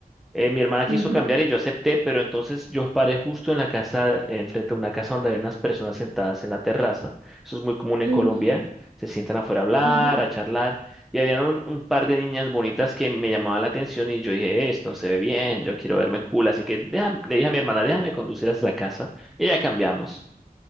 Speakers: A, in the centre; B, on the right.
A: Eh, mi hermana quiso
B: Ujú,
A: cambiar y yo acepté, pero entonces yo paré justo en la casa, eh, enfrente de una casa donde había unas personas sentadas en la terraza. Eso es muy común
B: ujú,
A: en Colombia. Se sientan afuera a hablar,
B: ujú.
A: a charlar. Y había un, un par de niñas bonitas que me llamaban la atención y yo dije, esto no se ve bien, yo quiero verme cool. Así que déjame- le dije a mi hermana, déjame conducir hasta la casa y ya cambiamos.